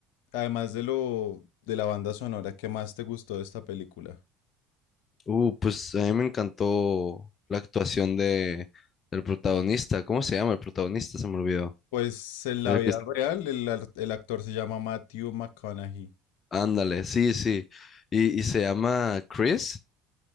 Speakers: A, on the left; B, on the left.
A: Además de lo de la banda sonora, ¿qué más te gustó de esta película?
B: Uh, pues a mí me encantó la actuación de, del protagonista. ¿Cómo se llama el protagonista? Se me olvidó.
A: Pues en la
B: El
A: vida
B: que,
A: real el, ar- el actor se llama Matthew McConaughey.
B: ándale, sí, sí. Y, y se llama Chris